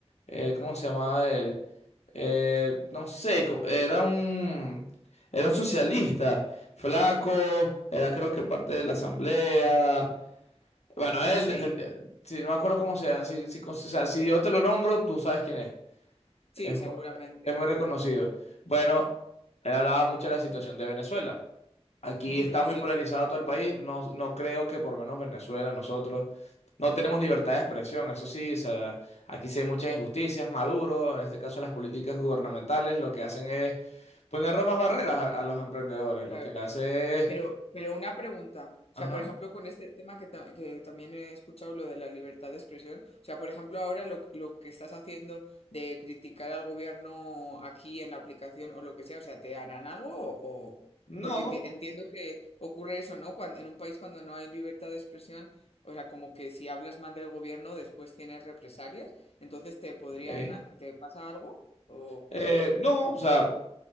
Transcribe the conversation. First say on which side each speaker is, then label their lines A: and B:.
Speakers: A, on the left; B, on the left.
A: Eh, ¿cómo se llamaba él? Eh, no sé, co- era un, era un socialista, flaco, era creo que parte de la asamblea. Bueno,
B: no
A: él
B: sé.
A: defendía,
B: y-
A: si no me acuerdo cómo sea, si, si, con- o sea, si yo te lo nombro, tú sabes quién es.
B: Sí,
A: Es,
B: seguramente.
A: mu- es muy reconocido. Bueno, él hablaba mucho de la situación de Venezuela. Aquí
B: Ujú,
A: está muy
B: sí,
A: polarizado todo el país. No, no creo que por lo menos Venezuela, nosotros, no tenemos libertad de expresión. Eso sí, o sea, aquí sí hay muchas injusticias. Maduro, en este caso las políticas gubernamentales, lo que hacen es poner más barreras a, a los emprendedores.
B: claro.
A: Lo que hace es...
B: Pero, pero una pregunta, o sea,
A: Ajá.
B: por ejemplo, con este tema que, ta- que también he escuchado, lo de la libertad de expresión, o sea, por ejemplo, ahora lo, lo que estás haciendo de criticar al gobierno aquí en la aplicación o lo que sea, o sea, ¿te harán algo o...? o-
A: No,
B: Porque enti- entiendo que ocurre eso, ¿no? Cuando, en un país cuando no hay libertad de expresión, o sea, como que si hablas mal del gobierno después tienes represalias, entonces te podrían...
A: ok.
B: ¿Te pasa algo? O...
A: Eh, no, o sea,